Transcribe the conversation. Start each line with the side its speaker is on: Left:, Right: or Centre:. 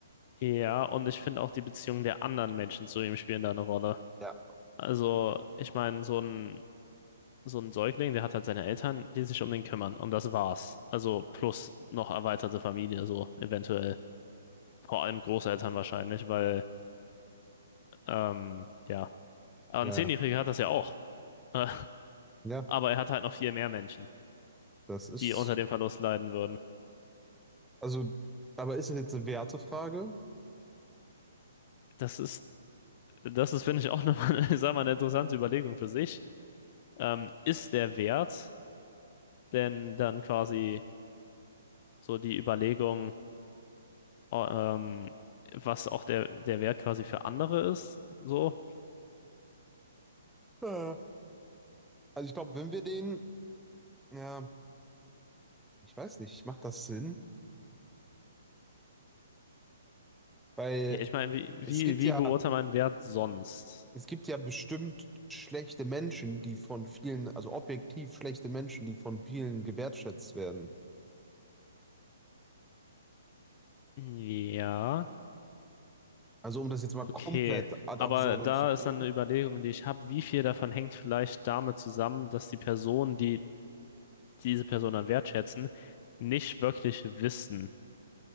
Left: ja. Und ich finde auch die Beziehungen der anderen Menschen zu ihm spielen da eine Rolle.
Centre: Ja.
Left: Also, ich meine, so ein, so ein Säugling, der hat halt seine Eltern, die sich um den kümmern. Und das war's. Also, plus noch erweiterte Familie, so eventuell. Vor allem Großeltern wahrscheinlich, weil, ähm, ja. Aber
Centre: Ja,
Left: ein Zehnjähriger hat das ja auch. <laughs> Äh,
Centre: ja,
Left: Aber er hat halt noch viel mehr Menschen,
Centre: das ist,
Left: die unter dem Verlust leiden würden.
Centre: also, aber ist es jetzt eine Wertefrage?
Left: Das ist, das ist, finde ich, auch nochmal, <laughs> ich sag mal, eine interessante Überlegung für sich. ähm, ist der wert denn dann quasi so die Überlegung, oh, ähm, was auch der, der Wert quasi für andere ist, so?
Centre: Ja. Also ich glaube, wenn wir den, ja, ich weiß nicht, macht das Sinn? Weil
Left: Ja, ich meine, wie, wie,
Centre: Es gibt
Left: wie
Centre: ja,
Left: beurteilt man Wert sonst?
Centre: es gibt ja bestimmt schlechte Menschen, die von vielen, also objektiv schlechte Menschen, die von vielen gewertschätzt werden.
Left: Ja,
Centre: Also um das jetzt mal
Left: okay.
Centre: komplett ad
Left: Aber
Centre: absurdum
Left: da
Centre: zu
Left: ist
Centre: führen.
Left: dann eine Überlegung, die ich habe, wie viel davon hängt vielleicht damit zusammen, dass die Personen, die diese Person dann wertschätzen, nicht wirklich wissen,